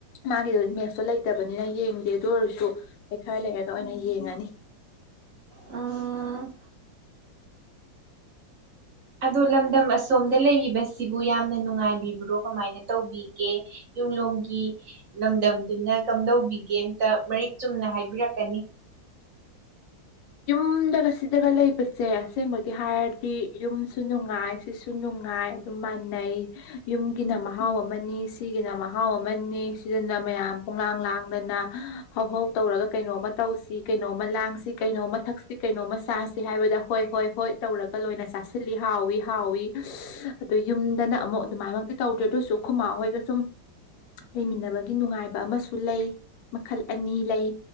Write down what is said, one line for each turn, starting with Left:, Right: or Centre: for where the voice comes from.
Left: ꯃꯥꯒꯤꯗꯣ ꯃꯦꯠꯁꯇ ꯂꯩꯇꯕꯅꯤꯅ ꯌꯦꯡꯗꯦ ꯑꯗꯨ ꯑꯣꯏꯔꯁꯨ ꯑꯩ ꯈꯔ ꯂꯩꯔꯒ ꯑꯣꯏꯅ ꯌꯦꯡꯉꯅꯤ
Right: ꯎꯝ ꯑꯗꯣ ꯂꯝꯗꯝ ꯑꯁꯣꯝꯗ ꯂꯩꯔꯤꯕꯁꯤꯕꯨ ꯌꯥꯝꯅ ꯅꯨꯡꯉꯥꯏꯕꯤꯕ꯭ꯔꯣ ꯀꯃꯥꯏꯅ ꯇꯧꯕꯤꯒꯦ ꯌꯨꯝꯂꯣꯝꯒꯤ ꯂꯝꯗꯝꯗꯨꯅ ꯀꯝꯗꯧꯕꯤꯒꯦ ꯑꯝꯇ ꯃꯔꯤꯛ ꯆꯨꯝꯅ ꯍꯥꯏꯕꯤꯔꯛꯀꯅꯤ
Left: ꯌꯨꯝꯗꯒ ꯁꯤꯗꯒ ꯂꯩꯕꯁꯦ ꯑꯁꯦꯡꯕꯒꯤ ꯍꯥꯏꯔꯗꯤ ꯌꯨꯝꯁꯨ ꯅꯨꯡꯉꯥꯏ ꯁꯤꯁꯨ ꯅꯨꯡꯉꯥꯏ ꯑꯗꯨꯝ ꯃꯥꯟꯅꯩ ꯌꯨꯝꯒꯤꯅ ꯃꯍꯥꯎ ꯑꯃꯅꯤ ꯁꯤꯒꯤꯅ ꯃꯍꯥꯎ ꯑꯃꯅꯤ ꯁꯤꯗꯅ ꯃꯌꯥꯝ ꯄꯨꯝꯂꯥꯡ ꯂꯥꯡꯗꯅ ꯍꯧꯍꯧ ꯇꯧꯔꯒ ꯀꯩꯅꯣꯝꯃ ꯇꯧꯁꯤ ꯀꯩꯅꯣꯝꯃ ꯂꯥꯡꯁꯤ ꯀꯩꯅꯣꯝꯃ ꯊꯛꯁꯤ ꯀꯩꯅꯣꯝꯃ ꯆꯥꯁꯤ ꯍꯥꯏꯕꯗ ꯍꯣꯏ ꯍꯣꯏ ꯍꯣꯏ ꯇꯧꯔꯒ ꯂꯣꯏꯅ ꯆꯥꯁꯤꯜꯂꯤ ꯍꯥꯎꯏ ꯍꯥꯎꯏ ꯑꯁ ꯑꯗꯣ ꯌꯨꯝꯗꯅ ꯑꯃꯨꯛ ꯑꯗꯨꯃꯥꯏꯃꯛꯇꯤ ꯇꯧꯗ꯭ꯔꯦ ꯑꯗꯨꯁꯨ ꯈꯨꯃꯥ ꯍꯣꯏꯗ ꯁꯨꯝ ꯂꯩꯃꯤꯟꯅꯕꯒꯤ ꯅꯨꯡꯉꯥꯏꯕ ꯑꯃꯁꯨ ꯂꯩ ꯃꯈꯜ ꯑꯅꯤ ꯂꯩ